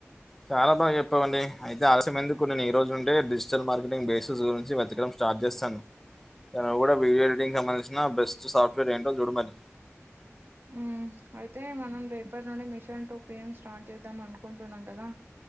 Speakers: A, in the centre; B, on the right.
A: చాలా బాగా చెప్పావండి అయితే ఆలస్యం ఎందుకు నేను ఈ రోజు ఉంటే డిజిటల్ మార్కెటింగ్ బేసెస్ గురించి వెతకడం స్టార్ట్ చేస్తాను నువ్వు కూడా వీడియో ఎడిటింగ్కి సంబంధించిన బెస్ట్ సాఫ్ట్వేర్ ఏంటో చూడమరి
B: ఉమ్ అయితే మనం రేపటి నుండి మిషన్ టో పిఎం స్టార్ట్ చేద్దాం అనుకుంటున్నాం కదా